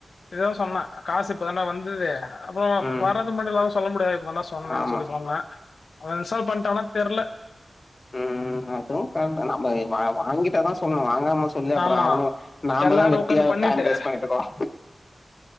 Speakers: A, on the left; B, on the left.
A: இத்தா சொன்னே காசு இப்ப தான்டா வந்தது அப்புறோ
B: ம்
A: வரதுக்கு முன்னாடி எல்லாரும் சொல்ல முடியாது இப்ப தான்டா சொன்னன்னு
B: ஆமா
A: சொல்லி சொன்னே அவ இன்ஸ்ட்டால் பண்ட்டானா தெர்ல
B: உம் உம் அதுவு கரெக்ட் தான்டா நம்ப வாங்கிட்டா தா சொல்ணு வாங்காம சொல்லி அப்றோ
A: ஆமா.
B: அவனும் நாமதா
A: எல்லாரும்
B: வெட்டியா
A: உட்காந்து பண்ணிட்டு
B: டைம் வேஸ்ட் பண்ணிட்ருக்கோம்